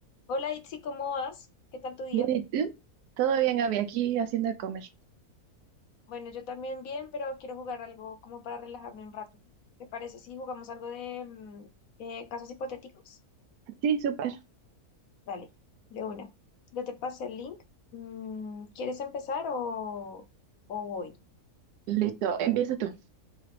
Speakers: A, on the left; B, on the right.
A: Hola Itzi, ¿cómo vas? ¿Qué tal tu día?
B: Bien, ¿y tú? Todo bien, Gaby, aquí haciendo de comer.
A: Bueno, yo también bien, pero quiero jugar algo como para relajarme un rato. ¿Te parece si jugamos algo de mm, eh, casos hipotéticos?
B: Sí, súper.
A: Dale, de una. Yo te pasé el link. Mm, ¿quieres empezar o, o voy?
B: Listo, empieza tú.